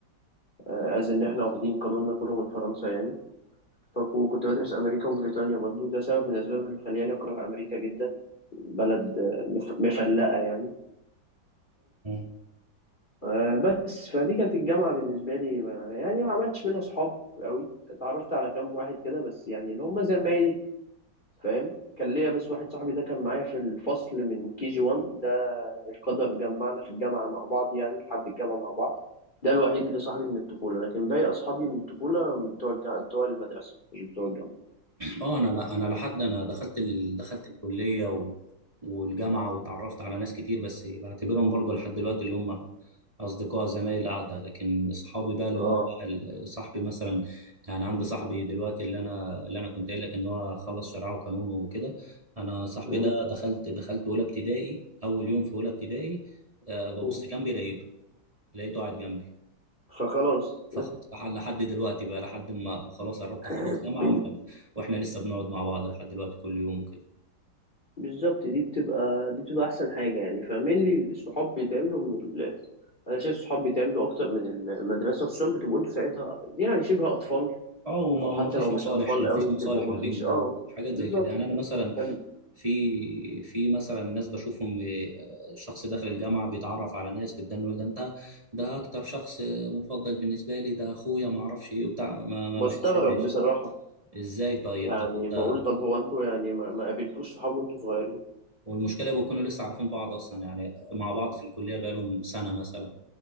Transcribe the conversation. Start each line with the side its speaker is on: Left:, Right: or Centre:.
Left: آه از ان احنا واخدين قانوننا كله من فرنسا يعني فكنت بدرس امريكا وبريطانيا برضو ده سبب من الاسباب اللي خلاني اكره امريكا جدا بلد آه، مف- مفلقه يعني
Right: امم
Left: آه، بس فدي كانت الجامعة بالنسبة لي ما يعني ما عملتش منها صحاب قوي اتعرفت على كام واحد كده بس يعني اللي هم زمايل فاهم كان ليا بس واحد صاحبي ده كان معايا في الفصل من كي جي 1 ده القدر جمعنا في الجامعة مع بعض يعني لحد الجامعة مع بعض ده الوحيد اللي صاحبي من الطفولة لكن باقي أصحابي من الطفولة بتوع الجامعة بتوع المدرسة مش بتوع الجامعة
Right: اه انا لا انا لحد انا دخلت ال... دخلت الكليه و... والجامعه وتعرفت على ناس كتير بس بعتبرهم برضو لحد دلوقتي اللي هم اصدقاء زمايل القعده لكن اصحابي بقى اللي
Left: اه
Right: هم ال- صاحبي مثلا يعني عندي صاحبي دلوقتي اللي انا اللي انا كنت قايل لك ان هو خلص شرعه وقانون وكده انا صاحبي
Left: م-
Right: ده دخلت دخلت اولى ابتدائي اول يوم في اولى ابتدائي أه ببص
Left: م.
Right: جنبي لقيته لقيته قاعد جنبي
Left: فخلاص
Right: فخ- فح- لحد دلوقتي بقى لحد ما خلاص قربت
Left: <laughs>
Right: اخلص جامعه واحنا واحنا لسه بنقعد مع بعض لحد دلوقتي كل يوم وكده
Left: بالظبط دي بتبقى دي بتبقى احسن حاجه يعني فاهمين لي الصحاب بيتعملوا من ال... انا شايف الصحاب بيتعملوا اكتر من المدرسه خصوصا بتبقوا انتوا ساعتها يعني شبه اطفال
Right: اه وما
Left: او
Right: وما
Left: حتى
Right: فيش
Left: لو مش
Right: مصالح
Left: اطفال
Right: ما
Left: قوي
Right: فيش
Left: بتبقوا
Right: مصالح ما
Left: مفيش
Right: بينكم
Left: اه
Right: حاجات
Left: بالظبط
Right: زي كده يعني انا مثلا
Left: فال-
Right: في في مثلا ناس بشوفهم ب- شخص داخل الجامعه بيتعرف على ناس بتدان يقول ده انت ده اكتر شخص مفضل بالنسبه لي ده اخويا ما اعرفش ايه وبتاع ما, ما
Left: بستغرب
Right: بحسهاش
Left: بصراحه
Right: ازاي طيب
Left: يعني
Right: طب انت
Left: بقول طب هو انتوا يعني ما, ما قابلتوش صحاب وانتوا صغيرين
Right: والمشكله بيكونوا لسه عارفين بعض اصلا يعني مع بعض في الكليه بقالهم سنه مثلا